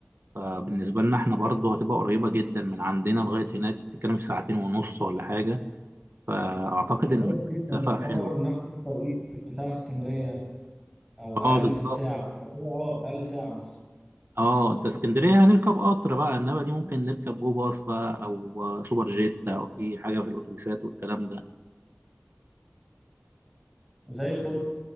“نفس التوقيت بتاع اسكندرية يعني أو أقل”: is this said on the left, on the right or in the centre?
Centre